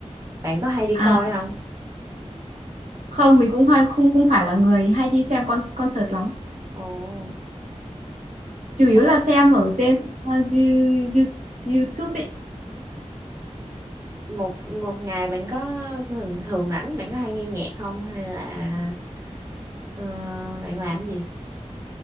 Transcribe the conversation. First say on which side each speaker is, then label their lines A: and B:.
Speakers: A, on the right (about 25°); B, on the right (about 80°).
A: bạn có hay đi
B: à
A: coi không
B: không mình cũng hay không cũng phải là người hay đi xem con concert lắm
A: ồ
B: chủ
A: nói
B: yếu là xem ở trên ờ, You- You- YouTube ấy
A: một một ngày bạn có thường thường rảnh bạn có hay nghe nhạc không hay là ờ, bạn làm cái gì